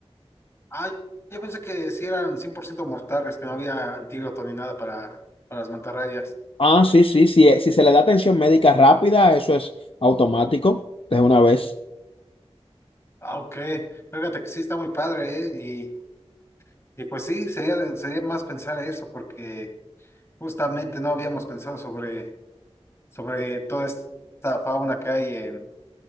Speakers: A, on the left (about 25°); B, on the left (about 55°).
A: ah, yo pensé que sí eran 100% mortales, que no había antídoto ni nada para, para las mantarrayas.
B: Ah, sí, sí, sí, eh, si se le da atención médica rápida, eso es automático, de una vez.
A: Ah, ok. Fíjate que sí está muy padre, ¿eh? Y, y pues sí, sería, sería más pensar eso, porque justamente no habíamos pensado sobre, sobre toda esta fauna que hay en